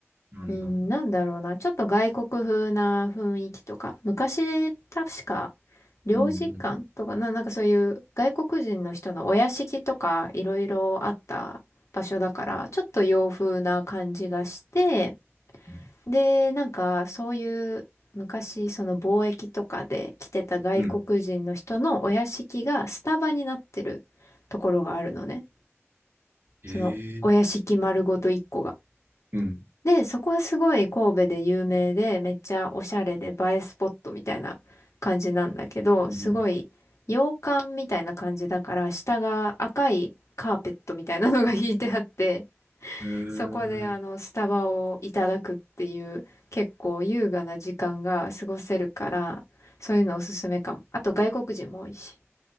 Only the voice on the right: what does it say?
なんだ。
う
ん、
うん、
うん。
へえ、うん。
うん
へえ。